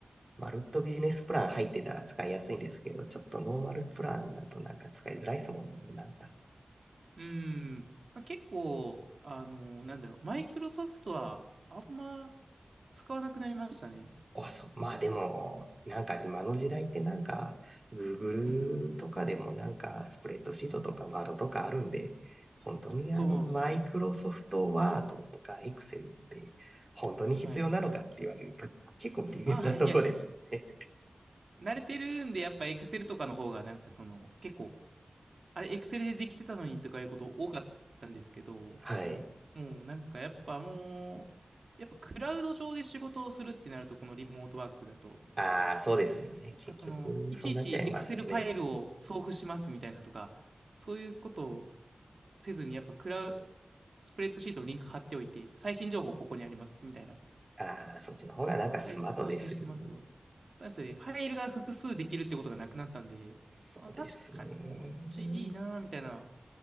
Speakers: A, on the right; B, on the right.
A: う、マルットビジネスプラン入ってたら使いやすいんですけど、ちょっとノーマルプランだとなんか使いづらいですもんね、なんか。
B: うーん。まあ、結構、あの、なんだろう、マイクロソフトはあんま使わなくなりましたね。
A: あ、そう、まあでも、なんか今の時代ってなんか、Google
B: うん。
A: とかでもなんか、スプレッドシートとかワードとかあるんで、本当にあの、
B: そうそ
A: マイクロソフトワードとか Excel って本当に必要なのかって言われると、
B: う。はい。
A: 結構微妙なとこですよね。
B: あ、いやいや。慣れてるんで、やっぱ Excel とかの方が、なんかその、結構、あれ、Excel でできてたのにとかいうこと多かったんですけど、
A: はい。
B: もうなんかやっぱもう、やっぱクラウド上で仕事をするってなると、このリモートワークだと、
A: ああ、そうですよね。
B: やっぱその、
A: 結局、
B: いちいち
A: そうなっちゃいますよね。
B: Excel ファイルを送付しますみたいなとか、そういうことをせずに、やっぱクラウ、スプレッドシートのリンク貼っておいて、最新情報ここにありますみたいな、
A: ああ、そっちの方がなんかスマートですよね。
B: 最新更新してますよ。そうですね、ファイルが複数できるってことがなくなったんで、
A: そうですね。
B: あ、確かにこっちいいな、みたいな。